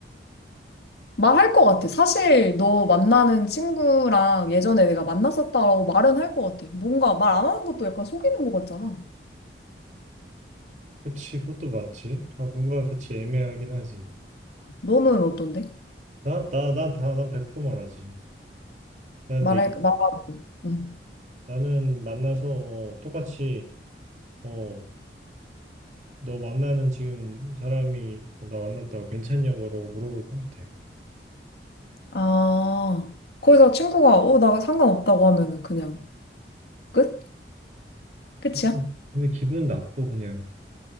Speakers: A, on the left; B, on the right.
A: 말할 것 같아. 사실 너 만나는 친구랑 예전에 내가 만났었다라고 말은 할 것 같아. 뭔가 말 안 하는 것도 약간 속이는 것 같잖아.
B: 그치, 그것도 맞지. 아, 뭔가 그치 애매하긴 하지.
A: 너는 어떤데?
B: 나, 나, 난 다, 난 100% 말하지. 난
A: 말할,
B: 내,
A: 말하고. 응.
B: 나는 만나서 어, 똑같이 어, 너 만나는 지금 사람이 나 만났다고 괜찮냐고 물어볼 것 같아.
A: 아, 거기서 친구가, 어, 나 상관없다고 하면은 그냥 끝? 끝이야?
B: 그러니까 근데 기분 나쁘 그냥.